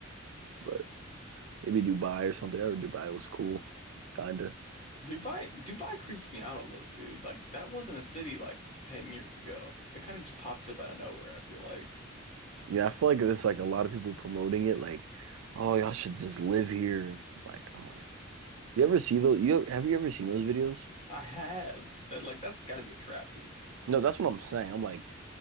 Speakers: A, on the right; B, on the left.
A: But maybe Dubai or something. I heard Dubai was cool, kinda.
B: Dubai, Dubai creeps me out a little, dude. Like that wasn't a city like 10 years ago. It kind of just pops up out of nowhere, I feel like.
A: Yeah, I feel like there's like a lot of people promoting it, like, oh, y'all should just live here. Like, I'm like, you ever see those? You have you ever seen those videos?
B: I have that like that's got to be a trap, dude.
A: No, that's what I'm saying. I'm like,